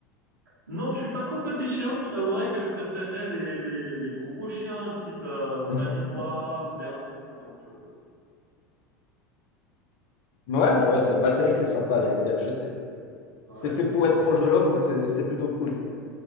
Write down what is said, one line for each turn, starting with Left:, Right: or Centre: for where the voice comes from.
Right: Non, je suis pas trop petit chien. Je t'avouerais que je préférerais les, les, les gros chiens type euh,
Left: <laughs>
Right: malinois ou berger, ce genre de choses.
Left: Ouais, ouais, c'est bah, c'est vrai que c'est sympa, les, les bergers, c'est
Right: Bah
Left: c'est
Right: ouais,
Left: fait
Right: c'est
Left: pour
Right: clair.
Left: être proche de l'homme, donc c'est c'est plutôt cool.